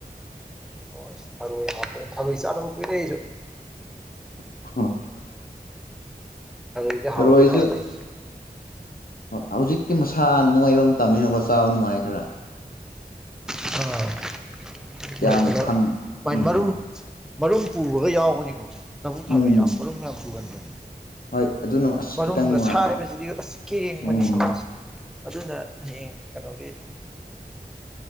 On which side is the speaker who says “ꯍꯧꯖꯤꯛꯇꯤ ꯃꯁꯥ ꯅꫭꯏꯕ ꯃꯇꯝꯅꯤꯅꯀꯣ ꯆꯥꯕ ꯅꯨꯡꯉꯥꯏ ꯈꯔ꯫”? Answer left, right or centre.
Left